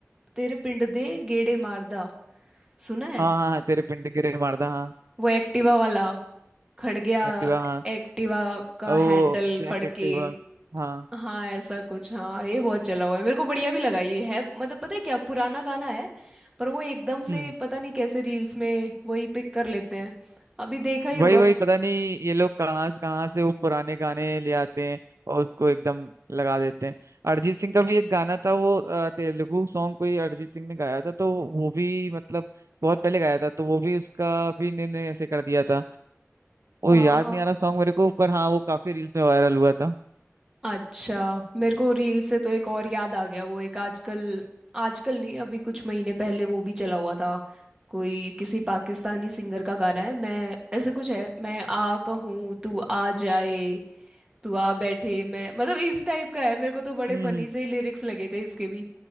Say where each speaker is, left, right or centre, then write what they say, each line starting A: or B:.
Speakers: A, on the right (about 20°); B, on the right (about 80°).
A: तेरे पिंड दे गेड़े मारदा सुना है
B: हाँ हाँ तेरे पिंड गिरे मारदा हाँ
A: वो एक्टिवा वाला खड़ गया
B: एक्टिवा हाँ
A: एक्टिवा का
B: और वो
A: हैंडल
B: ब्लैक
A: फड़के
B: एक्टिवा हाँ
A: हाँ ऐसा कुछ हाँ ये बहुत चला हुआ है मेरे को बढ़िया भी लगा ये है मतलब पता है क्या पुराना गाना है पर वो एकदम
B: हम्म
A: से पता नहीं कैसे रील्स में वही पिक कर लेते हैं अभी देखा ही होगा
B: वही वही पता नहीं ये लोग कहाँ से कहाँ से वो पुराने गाने ले आते हैं और उसको एकदम लगा देते हैं अरिजीत सिंह का भी एक गाना था वो अ, तेलुगु सॉन्ग कोई अरिजीत सिंह ने गाया था तो वो भी मतलब बहुत पहले गाया था तो वो भी उसका भी इन्होंने ऐसे कर दिया था वो
A: आ,
B: याद नहीं आ रहा सॉन्ग मेरे को पर हाँ वो काफी रील्स में वायरल हुआ था
A: अच्छा मेरे को रील से तो एक और याद आ गया वो एक आजकल आजकल नहीं अभी कुछ महीने पहले वो भी चला हुआ था कोई किसी पाकिस्तानी सिंगर का गाना है मैं ऐसे कुछ है मैं आ कहूँ तू आ जाए तू आ बैठे मैं मतलब इस टाइप का है मेरे को तो बड़े
B: हम्म
A: फनी
B: हम्म,
A: से ही लिरिक्स लगे थे इसके भी